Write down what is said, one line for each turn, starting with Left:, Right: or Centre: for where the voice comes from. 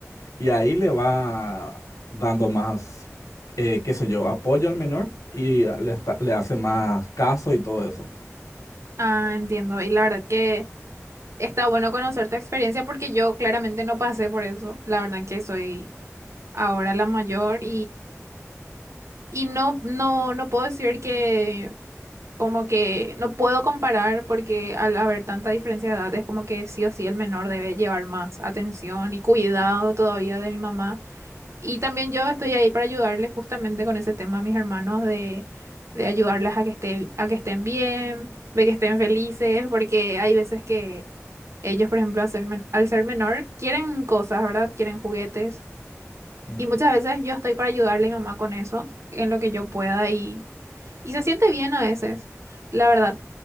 Left: Y ahí le va dando más, eh, qué sé yo, apoyo al menor y le, está- le hace más caso y todo eso.
Right: Ah, entiendo. Y la verdad que está bueno conocer tu experiencia porque yo claramente no pasé por eso. La verdad que soy ahora la mayor Y no, no, no puedo decir que como que no puedo comparar porque al haber tanta diferencia de edad es como que sí o sí el menor debe llevar más atención y cuidado todavía de mi mamá. Y también yo estoy ahí para ayudarles justamente con ese tema a mis hermanos de, de ayudarles a que esté, a que estén bien, de que estén felices, porque hay veces que ellos, por ejemplo, al ser, men- al ser menor, quieren cosas, ¿verdad? Quieren juguetes.
Left: Ujú.
Right: Y muchas veces yo estoy para ayudarle a mi mamá con eso, en lo que yo pueda y y se siente bien a veces, la verdad.